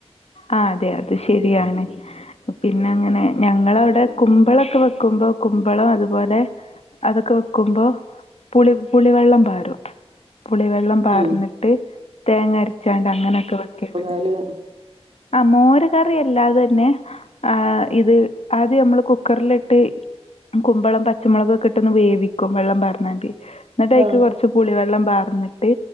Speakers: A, on the left; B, on the right.
A: ആ അതെ അതെ ശെരിയാണ് പിന്നെ അങ്ങനെ ഞങ്ങളവിടെ കുമ്പളൊക്കെ വെക്കുമ്പോ കുമ്പളം അതുപോലെ അതൊക്കെ വെക്കുമ്പോ പുളി പുളിവെള്ളം പാരും പുളിവെ വെള്ളം പാർന്നിട്ട്
B: ഉം
A: തേങ്ങരച്ചാണ്ട് അങ്ങനൊക്കെ വെക്കെണ്ട്
B: നല്ലത്
A: ആ മോര് കറി അല്ലാതെ തന്നെ ആഹ് ഇത് ആദ്യ നമ്മള് കുക്കറിലിട്ട് കുമ്പളം പച്ചമുളകെക്കെ ഇ ഇട്ടൊന്ന് വേവിക്കും വെള്ളം പാർന്നാണ്ട് ഇന്ന്ട്ടയിക്ക്
B: ആഹ്
A: കൊറച്ച് പുളിവെള്ളം പാർന്ന്ട്ട്